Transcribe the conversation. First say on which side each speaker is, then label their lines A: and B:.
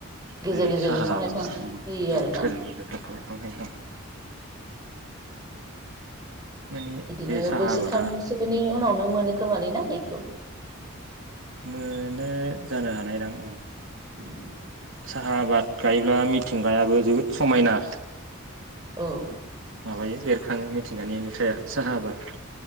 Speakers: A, on the right; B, on the right.
A: गेजेर
B: बे
A: गेजेर
B: साहा
A: बिफां लाइफां
B: आबादखौ
A: होयो
B: उम उम
A: आरो ना
B: गोजौ गोजौ दंफां लाइफां गायो माने
A: बिदिनो
B: बे साहा
A: बोसोरथामसोनि
B: आबादा
A: उनावनो मोनो खोमालै ना थायखौ
B: मोनो जानो हानायदां ओं
A: उम
B: साहा आबाद गायोब्ला मिथिंगायाबो जोबोद समायना
A: औ
B: माबायो बेरखाङो मिथिंगानि नुथाया साहा आबाद